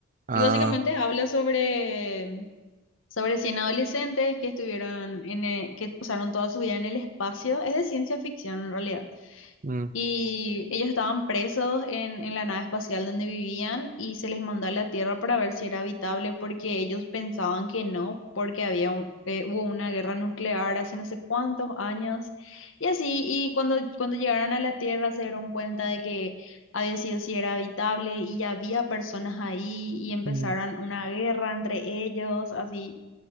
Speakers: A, on the right; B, on the left.
A: Ah,
B: Y básicamente habla sobre, sobre 100 adolescentes que estuvieron en, eh, que pasaron toda su vida en el espacio. Es de ciencia ficción en realidad.
A: mm,
B: Y ellos estaban presos en, en la nave espacial donde vivían y se les mandó a la Tierra para ver si era habitable porque ellos pensaban que no, porque había un- eh, hubo una guerra nuclear hace no sé cuántos años y así. Y cuando, cuando llegaron a la Tierra se dieron cuenta de que había sido si era habitable y ya había personas ahí y empezaron
A: mm,
B: una guerra entre ellos, así.